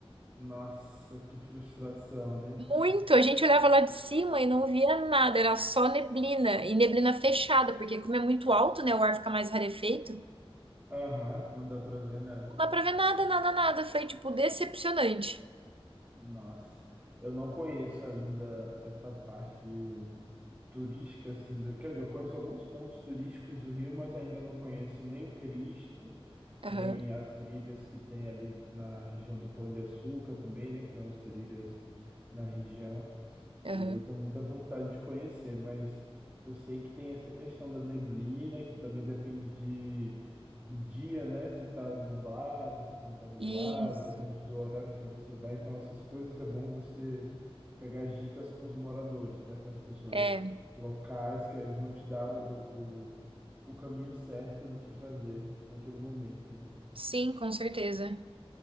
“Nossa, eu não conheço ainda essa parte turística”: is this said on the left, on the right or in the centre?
Right